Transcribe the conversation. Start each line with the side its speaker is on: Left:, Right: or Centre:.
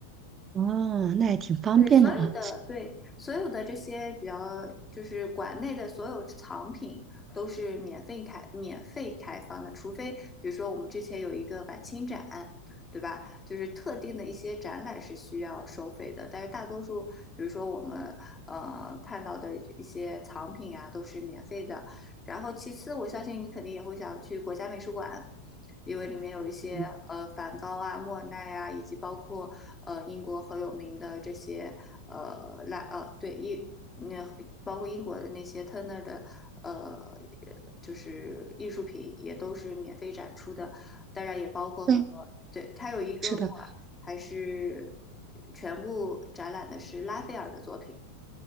Right: 哦，那也挺方便的啊。
Left: 对，所有的，对，所有的这些比较，就是馆内的所有藏品都是免费开免费开放的，除非比如说我们之前有一个晚清展，对吧？就是特定的一些展览是需要收费的，但是大多数，比如说我们呃看到的一些藏品啊，都是免费的。然后其次，我相信你肯定也会想去国家美术馆。因为里面有一些呃梵高啊、
Right: 嗯，
Left: 莫奈啊，以及包括呃英国很有名的这些呃拉呃对英那包括英国的那些 Turner 的呃就是艺术品也都是免费展出的，当然也包括很多对它有一个馆还是
Right: 对，是的。
Left: 全部展览的是拉斐尔的作品。